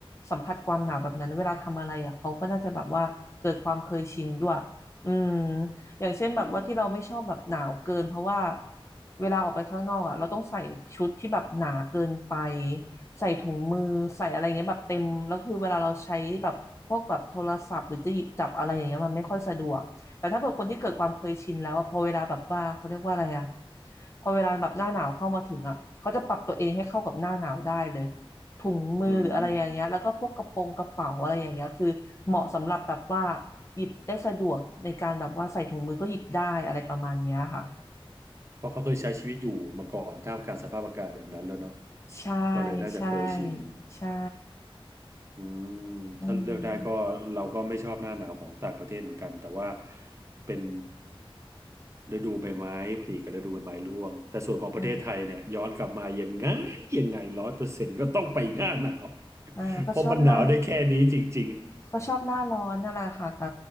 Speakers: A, on the left; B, on the right.
A: สัมผัสความหนาวแบบนั้นเวลาทำอะไรอ่ะเขาก็น่าจะแบบว่าเกิดความเคยชินด้วยอืมอย่างเช่นแบบว่าที่เราไม่ชอบแบบหนาวเกินเพราะว่า
B: อืม
A: เวลาออกไปข้างนอกอ่ะเราต้องใส่ชุดที่แบบหนาเกินไปใส่ถุงมือใส่อะไรเงี้ยแบบเต็มแล้วคือเวลาเราใช้แบบพวกแบบโทรศัพท์หรือจะหยิบจับอะไรอย่างเงี้ยมันไม่ค่อยสะดวก แต่ถ้าเกิดคนที่เกิดความเคยชินแล้วอะพอเวลาแบบว่าเขาเรียกว่าอะไรอะพอเวลาแบบหน้าหนาวเข้ามาถึงอะเขาจะปรับตัวเองให้เข้ากับหน้าหนาวได้เลยถุงมือหรืออะไรอย่างเงี้ยแล้วก็พวกกระโปรงกระเป๋าอะไรอย่างเงี้ยคือเหมาะสำหรับแบบว่า
B: อืม
A: หยิบได้สะดวกในการแบบว่าใส่ถุงมือก็หยิบได้อะไรประมาณเนี้ยค่ะ
B: เพราะเขาเคยใช้ชีวิตอยู่มาก่อนท่ามกลางสภาพอากาศแบบนั้นแล้วเนาะ
A: ใช่
B: ก็เลยน่าจะเคยชิน
A: ใช่ใช่
B: อืม
A: อืม
B: ถ้าเลือกได้ก็เราก็ไม่ชอบหน้าหนาวของต่างประเทศเหมือนกันแต่ว่าเป็นฤดูใบไม้ผลิกับฤดูใบไม้ร่วงแต่ส่วนของประเทศไทยเนี่ยย้อนกลับมายังไง
A: ใช่
B: ยังไงร้อยเปอร์เซ็นต์ก็ต้องไปหน้าหนาว
A: อ่าก็ชอบหน้า
B: เพราะมันหนาวได้แค่นี้จริง
A: ก็ชอบหน้าร้อนนั่นแหละค่ะแต่